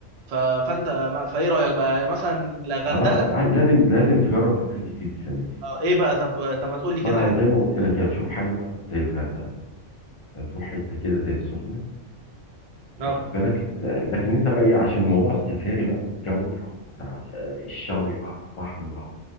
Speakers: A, on the right; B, on the left.
A: ف... فانت ما- فايه رايك بقى يعني مثلا لا غردقه
B: اه لا، عاي- لازم لازم تجرب مكان جديد السنة دي
A: أو ايه بقى طب طب ما تقول لي كده
B: مع
A: حاجه
B: زي ما قلت لك يا تشوف حاجة بقى زي الغردقة هتروح حته كده زي السخنه
A: اه
B: واخد بالك ل- لكن انت بقى ايه عشان موضوع السفاري بقى والجو اللي هو بتاع آه، الشوي بقى على الفحم بقى